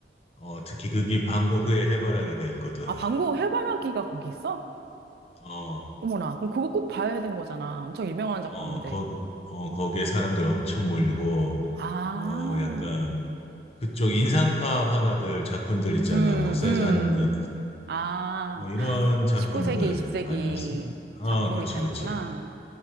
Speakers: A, on the left (about 35°); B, on the right (about 60°).
A: 어, 특히 그게 방고흐의 해바라기가 있거든.
B: 아, 방구 해바라기가 거기 있어?
A: 어,
B: 어머나. 그럼 그거 꼭 봐야 되는 거잖아. 엄청 유명한 작품인데.
A: 어, 거기, 어, 거기에 사람들 엄청 몰리고,
B: 아.
A: 뭐, 약간, 그쪽 인상파 화가들 작품들 있잖아.
B: 음,
A: 뭐, 세잔느,
B: 음. 아.
A: 뭐, 이런 작품들
B: 19세기, 20세기
A: 많이 있어. 아,
B: 작품이
A: 그치,
B: 다 있구나.
A: 그치.